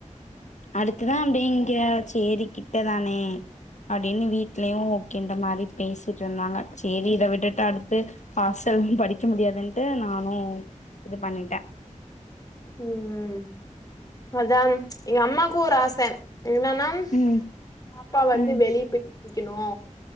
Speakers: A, on the left (about 65°); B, on the left (about 30°).
A: அடுத்ததா அப்டி இங்க சேரிக்கிட்டதானே அப்டின்னு வீட்லயு ஓகேன்ற மாரி பேசிட்டு இருந்தாங்க சேரி இத விட்டுட்டு அடுத்து ஹாஸ்ட படிக்க முடியாதுன்ட்டு நானு இது பண்ணிட்டே
B: ம் ம் அதா எங்க அம்மாக்கு ஒரு ஆச என்னன்னா <unintelligible>
A: ம்
B: பாப்பா வந்து
A: ம்
B: வெளிய போயி படிக்கணு